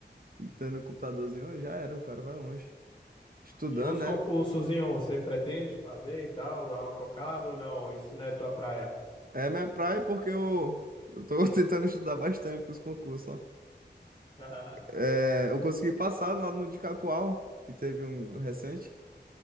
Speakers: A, on the right; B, on the left.
A: e tendo um computadorzinho, já era, o cara vai longe. Estudando,
B: E os
A: né?
B: concursos, hein, ô, você pretende fazer e tal, dar uma focada ou não? Isso não é tua praia.
A: É minha praia porque eu, eu tô <laughs> tentando estudar bastante pros concursos, ó.
B: <laughs>
A: É, eu consegui passar lá no de Cacoal, que teve um recente.